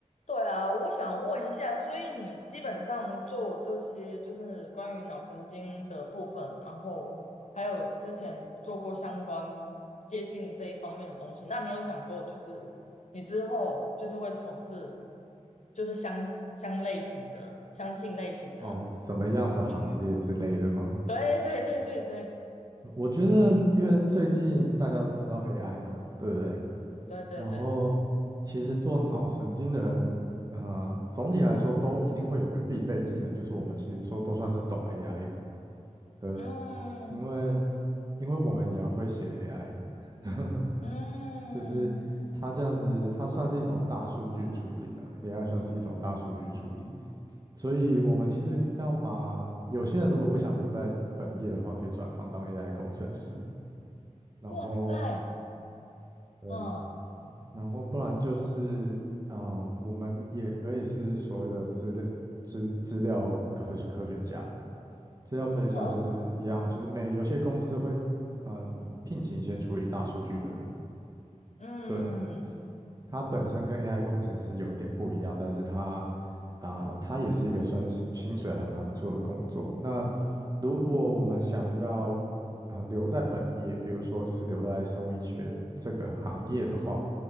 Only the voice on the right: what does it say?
哦，什么样的行业之类的吗？
我觉得，因为最近大家都知道 AI 嘛，对不对？
然后，其实做脑神经的人，啊，总体来说都一定会有一个必备技能，就是我们其实说都算是懂 AI 的，对不对？
因为，因为我们也要会写 AI，<laughs>
就是它这样子，它算是一种大数据处理啊，AI 算是一种大数据处理。所以我们其实要么有些人如果不想留在本业的话，可以转行当 AI 工程师，然后
对，
然后不然就是啊、我们也可以是所谓的资料资资料科学科学家，资料科学家就是一样，
就是每有些公司会呃聘请一些处理大数据的人，
对，它本身跟 AI 工程师有一点不一样，但是它啊、它也是一个算是薪水还蛮不错的工作。那如果我们想要啊、留在本业，比如说就是留在生物医学这个行业的话，